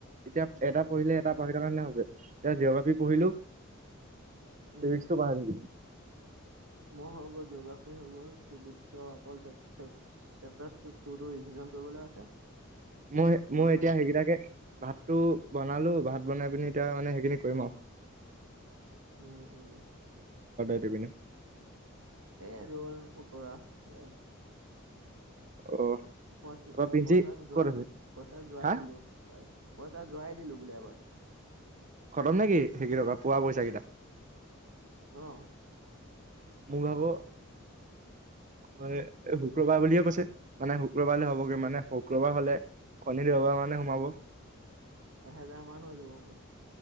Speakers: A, on the right; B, on the right.
A: এতিয়া। এটা পঢ়িলে এটা পাহঢ়ি থকাৰ নিচিনা হৈছে এয়া জিঅ'গ্ৰাফি পঢ়িলো। তেইৰিছটো
B: উম
A: বাহাৰ।
B: মই হৈ গল জগৰাফি হৈ গ'ল চিবিচৰ অকল চে চেট চেপতাৰ টোতো ৰিভিচন কৰিবলৈ আছে?
A: মই
B: ওৱান
A: মই এতিয়া
B: মানে
A: সেইকেইটাকে ভাতটো বনালো ভাত বনাই পিনি এতিয়া মানে সেইখিনি কৰিম আৰু।
B: উম উম।
A: দে বিনে।
B: এই ৰোল পকৰা এ।
A: অ
B: পইচা
A: তাৰপা পিঞ্চি
B: পইচা যোৱা
A: ক'ত আছে?
B: পইচা যোৱাই
A: হা
B: দিলো প পইচা যোৱাই দিলো বোলে এবাৰতে।
A: খটম নে কি সেইকেইটকা পোৱা পইচা কেইটা?
B: অহ।
A: মুগাব হয় শুক্ৰবাৰ বুলিয়ে কৈছে মানে শুক্ৰবাৰলৈ হবগে মানে শুক্ৰবাৰ হলে শনি, দেওবাৰ মানে সোমাব।
B: এহেজাৰ মান হৈ যাব মো।